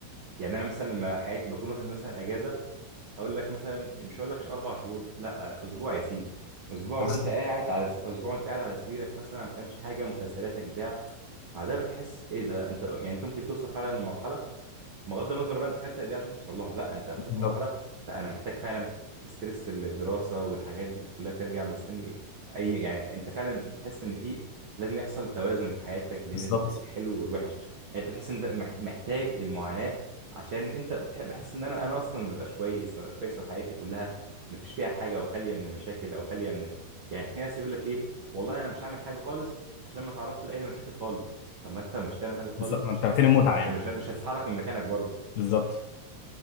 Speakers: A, on the right; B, on the left.
A: يعني انا مثلا لما حياتي بكون واخد مثلا اجازه هقول لك مثلا مش هقول لك اربع شهور لا اسبوع يا سيدي اسبوع
B: تمام.
A: وانت قاعد على س... اسبوع وانت قاعد على سريرك مثلا ما بتعملش حاجه مسلسلاتك بتاع مع ده بتحس ايه ده انت يعني انت ممكن توصل فعلا لمرحله بغض النظر بقى انت خدت قد ايه عشان توصل لها لا انت بتوصل
B: بالظبط
A: مرحله لا انا محتاج فعلا استرس الدراسه والحاجات دي كلها ترجع مستني اي يعني انت فعلا بتحس ان في لازم يحصل توازن في حياتك بين
B: بالظبط
A: ال- الحلو والوحش يعني انت بتحس ان انت مح- محتاج المعاناه عشان انت بتح- بحس ان انا انا اصلا ما ببقاش كويس ما ببقاش كويس لو حياتي كلها ما فيش فيها حاجه او خاليه من المشاكل او خاليه من يعني في ناس يقول لك ايه والله انا مش هعمل حاجه خالص عشان ما اتعرضش لاي مشاكل خالص طب ما انت مش تعمل حاجه خالص
B: بالظبط ما
A: مش
B: انت
A: ت-
B: فين
A: مش
B: المتعه
A: مش
B: يعني
A: مش, مش هتتحرك من مكانك برضه
B: بالظبط